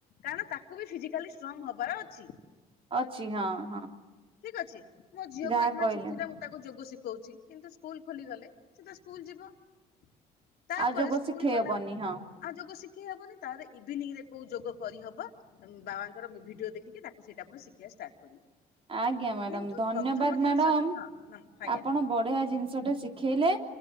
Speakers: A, on the left; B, on the right.
A: କାରଣ ତାକୁ ବି ଫିଜିକାଲି ଷ୍ଟ୍ରଙ୍ଗ ହବାର ଅଛି।
B: ଅଛି ହଁ ହଁ।
A: ଠିକ୍ ଅଛି। ମୋ ଝିଅକୁ
B: ଯାହା
A: ଏଖାନ
B: କହିଲେ
A: ଛୁଟିଟା ମୁଁ ତାକୁ ଯୋଗ ଶିଖି କହୁଛି କିନ୍ତୁ ସ୍କୁଲ ଖୋଲିଗଲେ ସେ ତ ସ୍କୁଲ ଯିବ। <inaudible> ତାପରେ
B: ଆଉ ଯୋଗ
A: ସ୍କୁଲ
B: ଶିଖେଇ
A: ଗଲା
B: ହବନି
A: ବ
B: ହଁ।
A: ଆଉ ଯୋଗ ଶି ଶିଖି ହବନି ତାରେ ଇଭିନିଂ ରେ କୋଉ ଯୋଗ କରି ହବ ବାବାଙ୍କର ବି ଭିଡିଓ ଦେଖିକି ତାକୁ ସେଇଟା ପୁଣି ଶିଖେଇଆ ଷ୍ଟାର୍ଟ କରିବି।
B: ଆଜ୍ଞା ମ୍ୟାଡାମ
A: କିନ୍ତୁ
B: ଧନ୍ୟବାଦ
A: ପ୍ରଥମ ଜିନିଷ
B: ମ୍ୟାଡାମ
A: ହଁ
B: <inaudible>
A: ନମ ଆଜ୍ଞା
B: ଆପଣ ବଢିଆ ଜିନିଷ ଟେ ଶିଖେଇଲେ